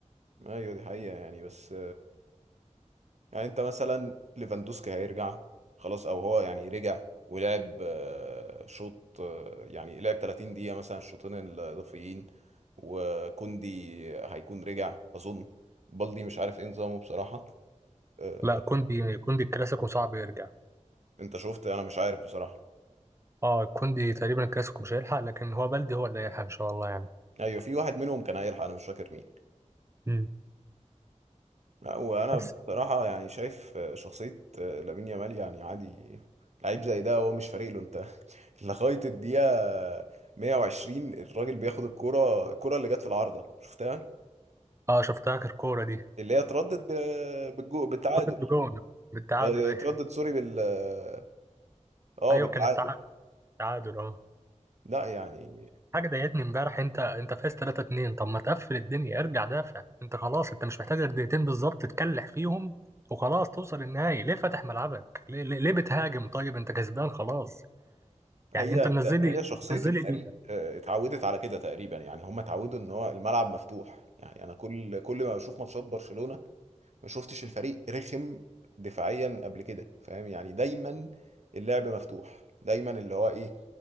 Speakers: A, on the right (about 65°); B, on the right (about 20°).
A: ايوه دي حقيقه يعني بس يعني انت مثلا ليفاندوسكي هيرجع خلاص او هو يعني رجع ولعب آه، شوط آه، يعني لعب 30 دقيقه مثلا الشوطين الاضافيين وكوندي هيكون رجع اظن بالدي مش عارف ايه نظامه بصراحه آه،
B: لا كوندي كوندي الكلاسيكو صعب يرجع
A: انت شفت انا مش عارف بصراحه
B: اه كوندي تقريبا الكلاسيكو مش هيلحق لكن هو بلدي هو اللي هيلحق إن شاء الله يعني
A: ايوه في واحد منهم كان هيلحق انا مش فاكر مين
B: مم.
A: لا، وانا
B: بس
A: بصراحه يعني شايف آه، شخصيه آه، لامين يامال يعني عادي لعيب زي ده هو مش فارق له انت <laughs> لغايه الدقيقه 120 الراجل بياخد الكوره الكوره اللي جت في العارضه شفتها
B: اه شفتها آخر كورة دي
A: اللي هي اتردت ب- بالجو بالتعادل
B: حطت بجون بالتعادل
A: آه،
B: أيوة
A: اتردت سوري بال اه آه،
B: أيوة
A: بالتعادل
B: كان التعادل التعادل اه
A: لا يعني
B: حاجة ضايقتني امبارح انت انت فايز 3 2 طب ما تقفل الدنيا ارجع دافع انت خلاص انت مش محتاج غير دقيقتين بالظبط تكلح فيهم وخلاص توصل النهائي ليه فاتح ملعبك ليه ليه, ليه بتهاجم طيب انت كسبان خلاص
A: هي
B: يعني انت منزلي
A: هي شخصيه
B: منزلي
A: الفريق
B: ليه ده؟
A: آه، اتعودت على كده تقريبا يعني هم اتعودوا ان هو الملعب مفتوح يعني انا كل كل ما بشوف ماتشات برشلونه ما شفتش الفريق رخم دفاعيا قبل كده فاهم يعني دايما اللعب مفتوح دايما اللي هو ايه